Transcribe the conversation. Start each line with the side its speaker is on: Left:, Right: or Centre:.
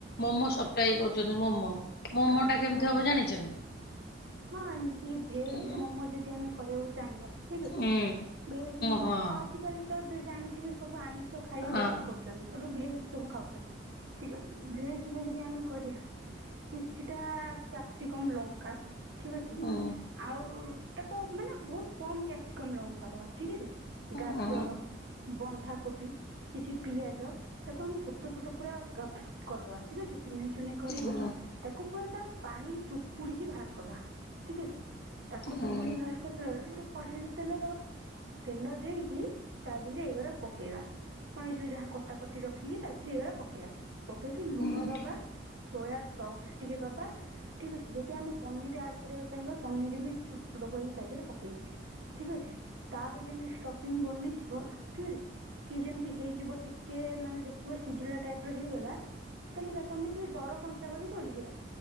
Left: ମୋମୋ ସପ୍ଲାଏ କରୁଛନ୍ତି ମୋମୋ। ମୋମୋ
Right: ଆଜ୍ଞା
Left: ଟା କେମିତି
Right: ଆଜ୍ଞା
Left: ହବ ଜାଣିଛନ୍ତି?
Right: ହଁ ଏମତି ଭେଜ
Left: ହୁଁ
Right: ମୋମୋ ଯଦି ଆମେ କରିବାକୁ ଚାହିଁବା ଠିକ
Left: ହଁ
Right: ଅଛି ଭେଜ୍ ମୋମୋ
Left: ହଁ ହଁ
Right: ଆଜିକାଲି ତ ଜାଣିଥିବେ ସବୁ ଆଇଁଷ ଖାଇବା
Left: ହୁଁ
Right: ବନ୍ଦ କରୁଛନ୍ତି ଏବେ ଭେଜ ସବୁ ଖାଉଛନ୍ତି ଠିକ ଅଛି ଭେଜରେ ଯଦି ଆମେ କରିବା କିଛିଟା କ୍ୟାପ୍ସିକମ୍ ଲଙ୍କା ଠିକ ଅଛି
Left: ହୁଁ
Right: ଆଉ ତାକୁ ମାନେ ବହୁତ କମ କ୍ୟାପସିକମ ଲଙ୍କା ଦବା ଠିକ ଅଛି ଗାଜର
Left: ହୁଁ
Right: ବନ୍ଧାକୋବି କିଛି ପିଆଜ ତାକୁ ଆମେ ଛୋଟ ଛୋଟ ପୁରା କରିଦବା। ଠିକ୍ ଅଛି ଚୁନେଇ ଚୁନେଇ କରିକି
Left: ହୁଁ ହୁଁ
Right: ତାକୁ ପୁରା ତା ପାଣି ଚୁପୁଡିକି ବାହାର କରିଦବା ଠିକ ଅଛି ତାକୁ
Left: ହୁଁ
Right: ଚୁପୁଡିକି
Left: ହଁ
Right: ବାହାର ବେ ଗୋଟେ କଢେଇରେ ତେଲ ଦବା ତେଲ ଦେଇକି ତା ଦେହରେ ଏଗରା ପକେଇବା। ଆପଣ ଏଇ ଯୋଉ ଯାହା କଟାକଟି ରଖିକି ତା ଦେହରେ ଏଇଗରା ପକେଇବା ପକେଇକି ଲୁଣ
Left: ହଁ
Right: ଦବା। ସୋୟା ସକ୍ସ ଟିକେ ଦବା। ଠିକ୍ ଅଛି ଯଦି ଆମେ ପନିର ଆଡ କରିବାକୁ ଚାହିଁବା ପନିର ବି ଛୋଟ ଛୋଟ ତା ଦେହରେ ପକେଇପରିବା। ଠିକ ଅଛି ତାର ଯେମତି ଷ୍ଟପିଙ୍ଗ ବନେଇଯିବ ଠିକ ଅଛି। ସେ ଯେମତି ହେଇଯିବ ଟିକେ ମାନେ ଦେଖିବ ସିଝିଲା ଟାଇପର ହେଇଗଲା ତାହେଲେ ତାକୁ ଆମେ ଟିକେ ଦର କଞ୍ଚା କରି ଓଲେହିବା